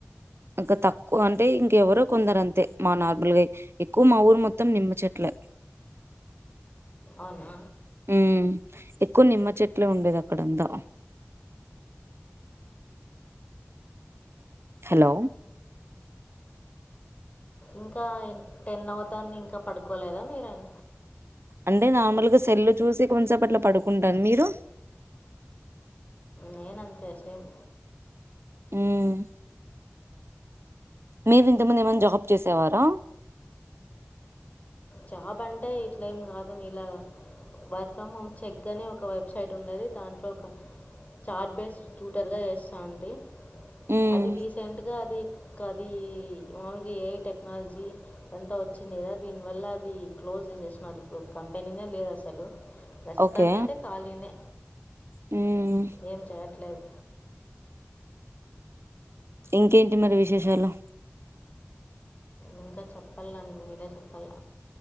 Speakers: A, on the right; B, on the left.
A: ఇంకా తక్కువ అంటే ఇంకెవరో కొందరు అంతే మా నార్మల్ గా ఎక్కువ మా ఊరు మొత్తం నిమ్మ చెట్లే
B: అవ్నా
A: హ్మ్. ఎక్కువ నిమ్మ చెట్లే ఉండేది అక్కడంతా హలో
B: ఇంకా టెన్ అవుతాంది ఇంకా పడుకోలేదా మీరండి
A: అంటే నార్మల్గా సెల్లు చూసి కొంతసేప అట్లా పడుకుంటాను మీరు
B: నేనంతే సేమ్
A: మ్మ్ మీరు ఇంత ముందు ఏమైనా జాబ్ చేసేవారా
B: జాబ్ అంటే ఇట్లా ఏం కాదు మీ ఇలాగా వర్క్ ఫ్రమ్ హోమ్ చెక్ అని ఒక వెబ్సైట్ ఉండది దాంట్లో ఒక చార్ట్ బేస్డ్ ట్యూటర్గా చేస్తా ఉంటి
A: హ్మ్.
B: అది రీసెంట్గా అది ఇంకా అది మామూలుగా ఏ ఐ టెక్నాలజీ అంతా వచ్చింది కదా దీన్ వల్ల అది క్లోజ్ చేసేస్నారు ఇప్పుడు కంపెనీనే లేదు అసలు ప్రస్తుతానికైతే
A: ఓకే.
B: ఖాళినే
A: హ్మ్.
B: ఏం చేయట్లేదు
A: ఇంకేంటి మరి విశేషాలు
B: ఇంకా చెప్పాలండ్ మీరే చెప్పాల